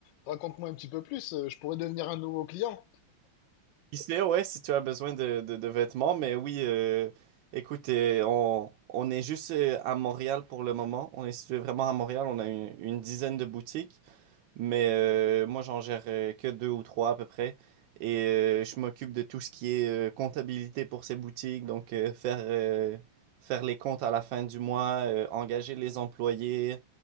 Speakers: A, on the left; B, on the right.
A: raconte-moi un petit peu plus. euh, Je pourrais devenir un nouveau client.
B: qui sait, ouais, si tu as besoin de, de- de vêtements. Mais oui, euh, écoute, euh, on, on est juste euh, à Montréal pour le moment. On est situé vraiment à Montréal. On a une, une dizaine de boutiques. Mais euh, moi, j'en gère euh, que deux ou trois à peu près. Et euh, je m'occupe de tout ce qui est euh, comptabilité pour ces boutiques. Donc, euh, faire, euh, faire les comptes à la fin du mois, euh, engager les employés,